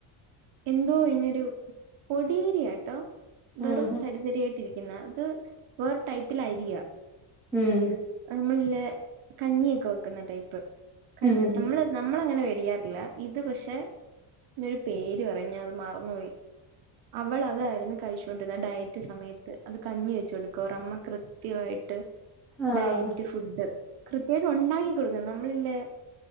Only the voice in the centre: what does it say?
ഉം
ഉം.
ഉം ഉം
ആഹ്